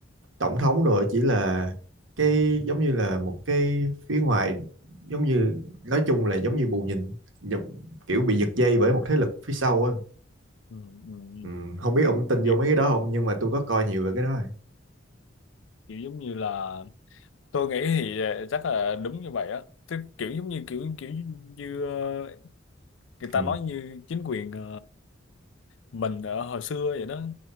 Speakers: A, on the right; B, on the left.
A: tổng thống rồi chỉ là cái giống như là một cái phía ngoài giống như nói chung là giống như bù nhìn nhập- kiểu bị giật dây bởi một thế lực phía sau á
B: ừ, ừ, ừ.
A: ừ, không biết ông tin
B: Kiểu,
A: vô mấy cái đó không nhưng mà tôi có coi nhiều về cái đó rồi
B: kiểu giống như là tôi nghĩ thì ờ, chắc là đúng như vậy á tức kiểu giống như kiểu kiểu như ờ, người ta
A: ừ.
B: nói như chính quyền ờ, mình ở hồi xưa vậy đó